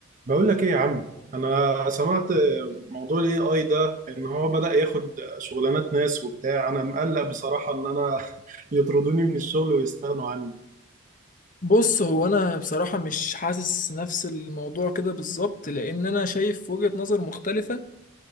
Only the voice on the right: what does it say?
بقول لك ايه يا عم انا سمعت موضوع الاي اي ده ان هو بدأ ياخد شغلانات ناس وبتاع انا مقلق بصراحة ان انا <laughs> يطردوني من الشغل ويستغنوا عني